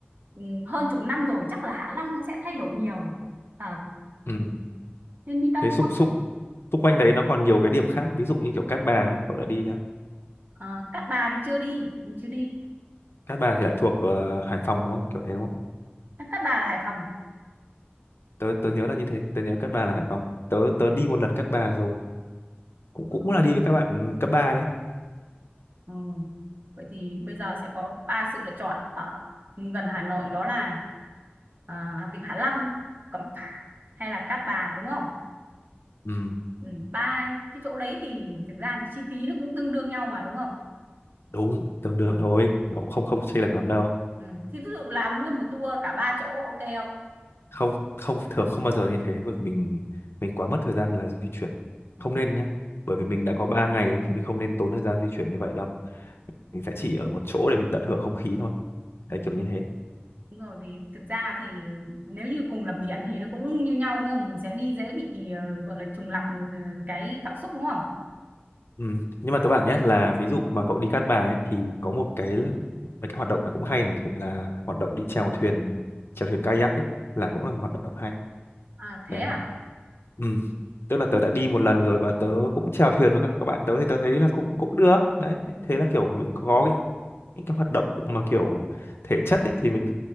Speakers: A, on the right; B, on the left.
A: ừ, hơn chục năm rồi chắc là Hạ Long nó sẽ thay đổi nhiều. Ờ,
B: ừ
A: nên đi đâu
B: thế xung
A: không?
B: xung xung quanh đấy nó còn nhiều cái điểm khác ví dụ như kiểu Cát Bà ấy, cậu đã đi nhá
A: Ờ, Cát Bà thì chưa đi, mình chưa đi.
B: Cát Bà thì lại thuộc ờ, Hải Phòng đúng không kiểu thế đúng không
A: Cát Bà là Hải Phòng à?
B: tớ tớ nhớ là như thế tớ nhớ Cát Bà là Hải Phòng tớ tớ đi một lần Cát Bà rồi cũng
A: Ừ.
B: cũng là đi với các bạn cấp 3 đấy
A: Ừ. Vậy thì bây giờ sẽ có ba sự lựa chọn ở gần Hà Nội đó là à, Vịnh Hạ Long, Cẩm Phả hay là Cát Bà đúng không?
B: ừ,
A: Ừ. Ba cái chỗ đấy thì thực ra thì chi phí nó cũng tương đương nhau mà đúng không?
B: đúng tương đương
A: Ừ.
B: thôi nó cũng không không chênh lệch lắm đâu
A: Ừ. Thì ví dụ làm luôn một tour cả ba chỗ ok không?
B: không không thường không bao giờ như thế bởi vì mình mình quá mất thời gian là di chuyển
A: Ừ.
B: không nên nhá bởi
A: Ừ.
B: vì mình đã có 3 ngày ấy, thì mình không nên tốn thời gian di chuyển như vậy đâu mình sẽ chỉ ở
A: Ừ.
B: một chỗ để mình tận hưởng không khí thôi đấy
A: Ừ.
B: kiểu như thế
A: Đúng rồi vì thực ra thì nếu như cùng là biển thì nó cũng như nhau đúng không? Mình sẽ đi dễ bị ờ, gọi là trùng lặp ờ, cái cảm xúc đúng không?
B: Ừ. Nhưng mà tớ bảo nhé là ví
A: Ừ.
B: dụ mà cậu đi Cát Bà ấy thì có một cái mấy cái hoạt động là cũng hay này là hoạt động đi chèo thuyền chèo thuyền kayak ấy là cũng là một hoạt động hay
A: À thế
B: đấy
A: à?
B: ừ. Tức là tớ đã đi một lần rồi và tớ cũng chèo thuyền với các, các bạn tớ thì tớ thấy là cũng cũng được đấy thế là kiểu mình có những cái hoạt động mà kiểu thể chất ấy thì mình